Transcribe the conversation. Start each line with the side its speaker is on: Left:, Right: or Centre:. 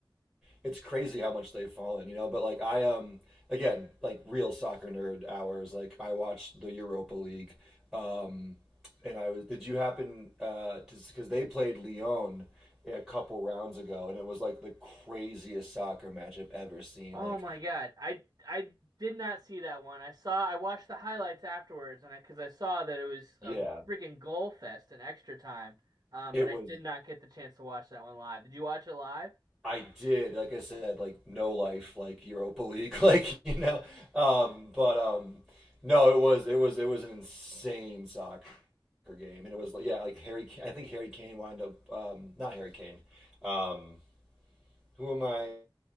Centre: it's crazy how much they've fallen, you know. But like I um again like real soccer nerd hours. Like I watched the Europa League, um, and I was. Did you happen uh to because they played Lyon a couple rounds ago, and it was like the craziest soccer match I've ever seen.
Right: Oh
Centre: Like
Right: my God, I I did not see that one. I saw I watched the highlights afterwards, and I because I saw that it was
Centre: yeah,
Right: a freaking goal fest in extra time. Um,
Centre: it
Right: but I
Centre: was
Right: did not get the chance to watch that one live. Did you watch it live?
Centre: I did, like I said, like no life, like Europa League, <laughs> like you know. Um, but um, no, it was it was it was an insane soccer game, and it was yeah, like Harry. I think Harry Kane wound up um, not Harry Kane. Um, who am I?